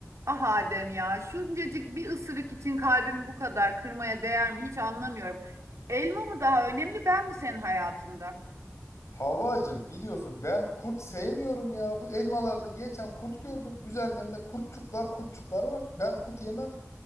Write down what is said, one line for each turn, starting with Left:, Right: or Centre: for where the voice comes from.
Right: Ah Adem ya, şuncacık bir ısırık için kalbimi bu kadar kırmaya değer mi hiç anlamıyorum. Elma mı daha önemli, ben mi senin hayatında?
Left: Havvacım biliyorsun ben kurt sevmiyorum ya. Bu elmalarda geçen kurt gördüm. Üzerlerinde kurtçuklar kurtçuklar var. Ben kurt yemem.